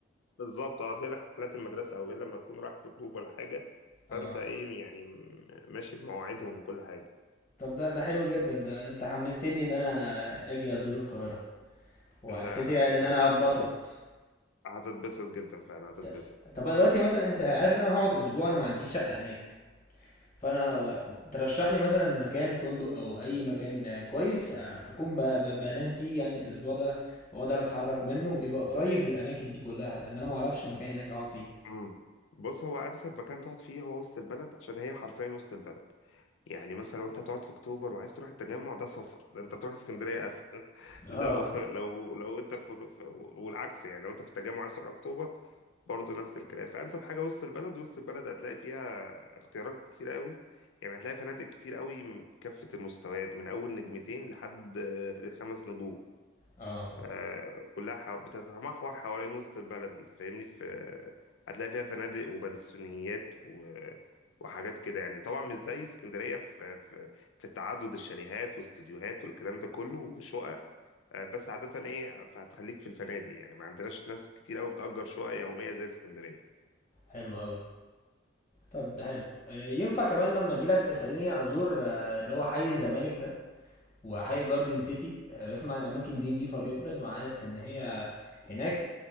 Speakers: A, on the left; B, on the left.
A: بالظبط آه، غير رحلات المدرسة أو غير لما تكون رايح في جروب ولا حاجة فأنت
B: اه
A: إيه يعني م- ماشي بمواعيدهم وكل حاجة
B: طب ده ده حلو جدا ده انت حمستني ان انا اجي ازور القاهرة وحسيت
A: لا لا
B: يعني
A: هت...
B: ان انا
A: هت...
B: هتبسط
A: هتتبسط جدا فعلا هتتبسط
B: ط- طب دلوقتي مثلا انت عارف ان انا هقعد اسبوع انا ما عنديش شقة هناك فانا ترشح لي مثلا مكان فندق او اي مكان كويس آه، اكون ب- ب- بنام فيه يعني الاسبوع ده واقدر اتحرك منه ويبقى قريب للاماكن دي كلها لان انا ما اعرفش مكان هناك اقعد فيه
A: مم. بص هو أنسب مكان تقعد فيه هو وسط البلد عشان هي حرفيا وسط البلد يعني مثلا لو أنت تقعد في أكتوبر وعايز تروح التجمع ده سفر ده أنت تروح اسكندرية أسهل <laughs>
B: اه
A: لو لو لو أنت في... في والعكس يعني لو أنت في التجمع عايز تروح أكتوبر برضه نفس الكلام فأنسب حاجة وسط البلد وسط البلد هتلاقي فيها اختيارات كتير قوي يعني هتلاقي فنادق كتير قوي م- كافة المستويات من أول نجمتين لحد آه، خمس نجوم
B: اه
A: آه، كلها حو... بتتمحور حوالين وسط البلد أنت فاهمني في هتلاقي فيها فنادق وبنسيونيات و... وحاجات كده يعني طبعا مش زي اسكندرية في في, في تعدد الشاليهات واستوديوهات والكلام ده كله وشقق آه، بس عادة إيه فهتخليك في الفنادق يعني ما عندناش ناس كتير قوي بتأجر شقق يومية زي اسكندرية
B: حلو قوي طب ده حلو آه، ينفع كمان لما اجي لك تخليني ازور آه، اللي هو حي الزمالك ده وحي جاردن سيتي آه، بسمع عن الاماكن دي نضيفه جدا وعارف ان هي هناك